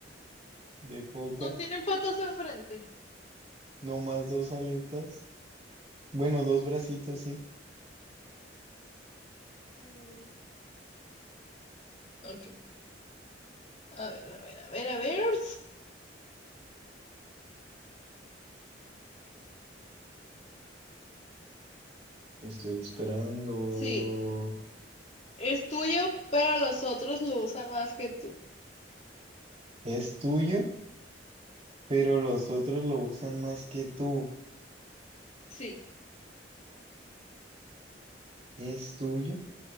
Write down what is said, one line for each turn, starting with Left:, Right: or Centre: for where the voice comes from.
Right: de foca.
Left: No tienen patas enfrente.
Right: No más dos aletas. Bueno, dos bracitos, sí.
Left: Mm, ok. A ver, a ver, a ver, a ver.
Right: Estoy esperando.
Left: Sí. Es tuyo, pero los otros lo usan más que tú.
Right: Es tuyo, pero los otros lo usan más que tú.
Left: Sí,
Right: Es tuyo,